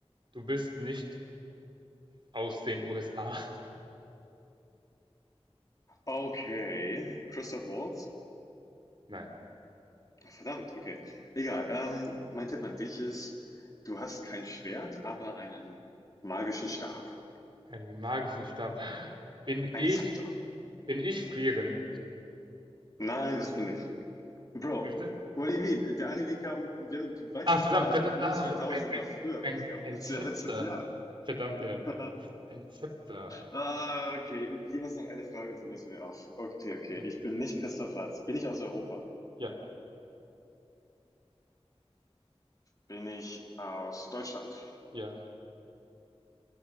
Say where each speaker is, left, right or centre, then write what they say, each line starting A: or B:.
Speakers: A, on the right; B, on the left.
A: du bist nicht aus den USA.
B: Okay. Christoph Waltz?
A: Nein,
B: Verdammt, okay. Egal. Ähm, mein Tipp an dich ist, du hast kein Schwert, aber einen magischen Stab.
A: einen magischen Stab. Bin
B: Ein
A: ich,
B: Zepter.
A: bin ich frieren?
B: Nein, bist du nicht. Bro,
A: Bitte?
B: what do you mean? Der Anime kam, wir- du weißt,
A: Ah, verdammt,
B: dass der Anime
A: verdammt,
B: um
A: ah,
B: 2000
A: verdammt, ein, ein,
B: oder früher
A: ein,
B: rauskam.
A: ein
B: Das
A: Zepter.
B: ist ja letztes Jahr.
A: Verdammt, ja, okay.
B: <laughs>
A: Ein Zepter.
B: Ah, okay. Jeweils noch eine Frage, dann lösen wir auf. Okay, okay.
A: Okay.
B: Ich bin nicht Christoph Waltz. Bin ich aus Europa?
A: Ja,
B: Bin ich aus Deutschland?
A: ja,